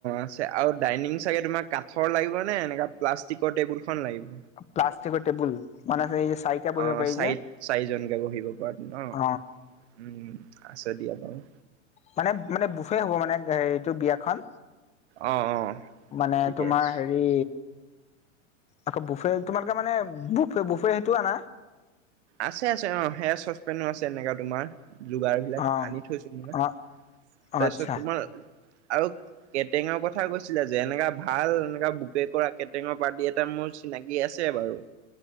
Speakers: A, on the right; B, on the left.
A: আছে আৰু ডাইনিং চাগে তোমাৰ কাঠৰ লাগিব নে এনেকা প্লাষ্টিকৰ টেবুল খন লাগিব?
B: প্লাষ্টিকৰ টেবুল মানে এই চাৰিটা বহিব
A: অ
B: পাৰি
A: চাৰি
B: যে
A: চাৰিজনকে বহিব পৰা ন উম-উম
B: অ
A: আছে দিয়া বাৰু
B: মানে-মানে বুফে হ'ব মানে এইটো বিয়াখন
A: অ অ
B: মানে
A: ঠিকে
B: তোমাৰ
A: আছে।
B: হেৰি আকৌ বুফে তোমালোকে মানে বুফ-বুফে সেইটো আনা
A: আছে-আছে অ সেয়া চচপেনো আছে এনেকা তোমাৰ যোগাৰবিলাক
B: অ
A: আনি থৈছো মই
B: অ অ
A: তাৰপিছত
B: আচ্ছা
A: তোমাৰ আৰু কেটেঙৰ কথা কৈছিলে যে এনেকা ভাল এনেকা বুকে কৰা কেটেঙৰ পাৰ্টি এটা মোৰ চিনাকি আছে বাৰু